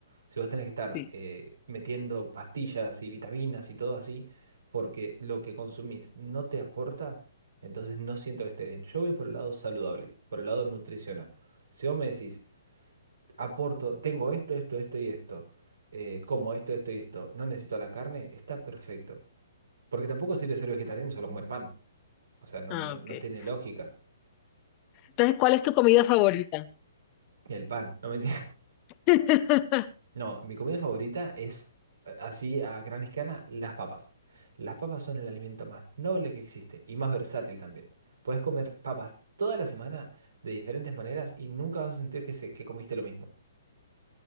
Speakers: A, on the right (about 80°); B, on the left (about 30°).
A: Si vos tenés que estar
B: Sí.
A: eh, metiendo pastillas y vitaminas y todo así, porque lo que consumís no te aporta, entonces no siento que esté bien. Yo voy por el lado saludable, por el lado nutricional. Si vos me decís, aporto, tengo esto, esto, esto y esto, eh, como esto, esto y esto, no necesito la carne, está perfecto. Porque tampoco sirve ser vegetariano y solo comer pan. O sea, no,
B: Ah,
A: no, no
B: ok.
A: tiene lógica.
B: Entonces, ¿cuál es tu comida favorita?
A: El pan, no me
B: <laughs>
A: No, mi comida favorita es, eh, así a gran escala, las papas. Las papas son el alimento más noble que existe y más versátil también. Puedes comer papas toda la semana de diferentes maneras y nunca vas a sentir que, se, que comiste lo mismo.